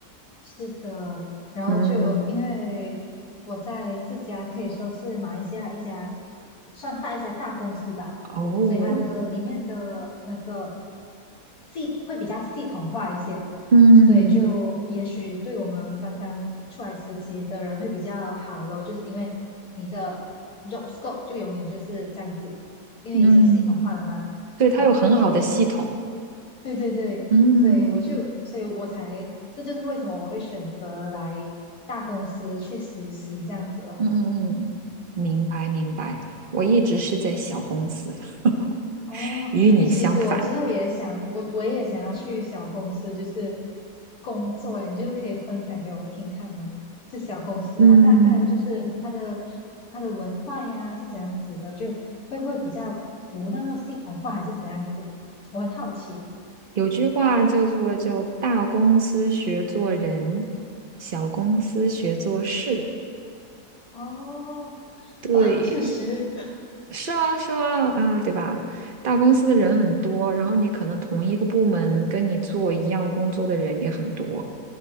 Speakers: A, on the left; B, on the right.
A: 是的，然后就因为我在这家可以说是马来西亚一家
B: 嗯。
A: 算大一家大公司吧，
B: 哦，
A: 所以它的里面的那个系会比较系统化一些，
B: 嗯
A: 所以就也许对我们刚刚出来实习的人会比较好咯，就是因为你的 job scope 就永远就是这样子，因为已经系统化了嘛，
B: 嗯，对，它有很好的系统，
A: 然后过后对对对，
B: 嗯
A: 所以我就，所以我才，这就是为什么我会选择来大公司去实习这样子咯。
B: 嗯嗯嗯，明白明白。我一直是在小公司，
A: 哦，
B: <laughs> 与你相反。
A: 哎，其实我之后也想，我我也想要去小公司，就是工作，哎，你就是可以分享给我听看吗？这小公司它大概就是它的它的文化呀是怎样子的，
B: 嗯，
A: 就会不会比较不那么系统化，还是怎样子？我很好奇。
B: 有句话叫做“就大公司学做人，小公司学做事”。
A: 哦，
B: 对，
A: 哇，确实，
B: 是啊，是啊，啊，对吧？大公司的人很多，然后你可能同一个部门跟你做一样工作的人也很多，